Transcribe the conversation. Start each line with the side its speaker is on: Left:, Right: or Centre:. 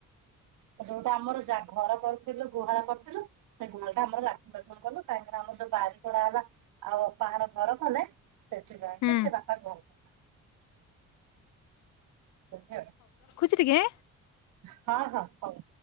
Right: ଯୋଉଟା ଆମର ଯାହା ଘର କରିଥିଲୁ ଗୁହାଳ କରିଥିଲୁ ସେ ଗୁହାଳ ଟା ଆମର ଲାଟିନ ବାଥରୁମ କଲୁ କାହିଁକିନା ଆମର ଯୋଉ ବାରିିକରାହେଲା ହେଲା ଆଉ ବାହାର ଘର କଲେ। ସେଠି ଯାଇକି
Left: ହୁଁ
Right: ସେ ବାଟ ଗଣୁଥିଲା। ସଖା <unintelligible>
Left: ଅଛି ଟିକେ।
Right: ହଁ ହଁ ହଉ।